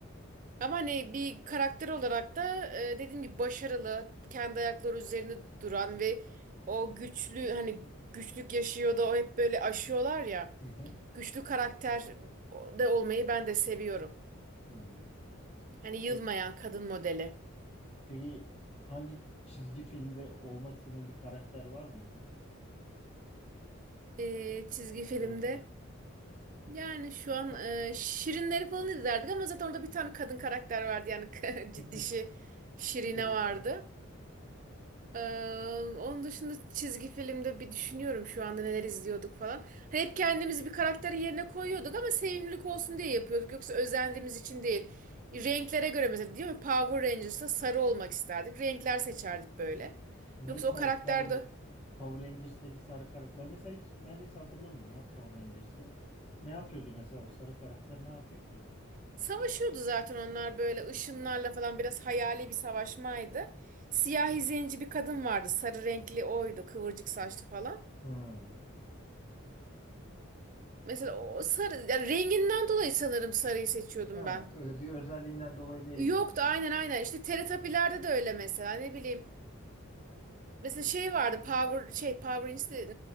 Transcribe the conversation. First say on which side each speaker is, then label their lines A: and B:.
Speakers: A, on the right (about 40°); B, on the left (about 30°).
A: Ama hani bir karakter olarak da e, dediğim gibi başarılı, kendi ayakları üzerinde duran ve o güçlü hani güçlük yaşıyor da o hep böyle aşıyorlar ya.
B: Hı hı.
A: Güçlü karakter de olmayı ben de seviyorum.
B: Hı.
A: Hani yılmayan
B: Pe-
A: kadın modeli.
B: Peki hangi çizgi filmde olmak istediğin bir karakter var mıydı?
A: E, çizgi
B: Küçüklüğünde.
A: filmde yani şu an
B: Ha-
A: e, Şirinleri falan izlerdik ama zaten orada bir tane kadın karakter vardı yani <laughs> ciddişi
B: <laughs>
A: Şirine
B: Şirin.
A: vardı. Ee, onun dışında çizgi filmde bir düşünüyorum şu anda neler izliyorduk falan. Hani hep kendimizi bir karakterin yerine koyuyorduk ama sevimlilik olsun diye yapıyorduk. Yoksa özendiğimiz için değil. Renklere göre mesela değil mi? Power Rangers'ta sarı olmak isterdik. Renkler seçerdik böyle.
B: Niye
A: Yoksa
B: Pow-
A: o karakter
B: Power,
A: de
B: Power Rangers'teki sarı karakter? Ben mesela hiç neredeyse hatırlamıyorum ya Power Rangers'ı. Ne yapıyordu mesela o sarı karakter ne yapıyor ki?
A: savaşıyordu zaten onlar böyle ışınlarla falan biraz hayali bir savaşmaydı. Siyahi zenci bir kadın vardı. Sarı renkli oydu. Kıvırcık saçlı falan.
B: Hmm.
A: Mesela o sarı yani renginden dolayı sanırım sarıyı seçiyordum
B: Ha,
A: ben.
B: öyle bir özelliğinden dolayı değil
A: Yoktu
B: yani.
A: aynen aynen. İşte Teletubbies'lerde de öyle mesela ne bileyim. Mesela şey vardı Power şey Power Rangers değil,